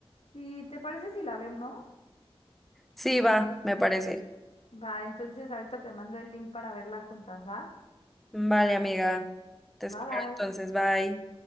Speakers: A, on the left (about 75°); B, in the centre.
A: ¿Y te parece si la vemos?
B: Sí, va, me parece.
A: Va, entonces ahorita te mando el link para verla juntas, ¿va?
B: Vale, amiga. Te
A: Bye
B: espero
A: bye.
B: entonces. Bye.